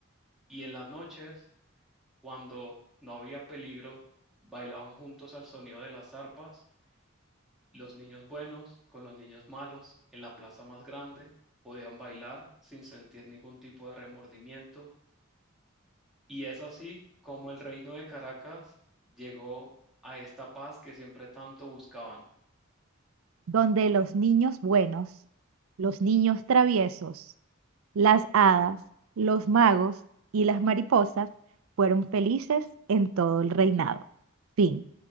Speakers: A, in the centre; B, on the right.
A: y en las noches, cuando no había peligro, bailaban juntos al sonido de las arpas los niños buenos con los niños malos en la plaza más grande podían bailar sin sentir ningún tipo de remordimiento. Y es así como el reino de Caracas llegó a esta paz que siempre tanto buscaban.
B: donde los niños buenos, los niños traviesos, las hadas, los magos y las mariposas fueron felices en todo el reinado. Fin.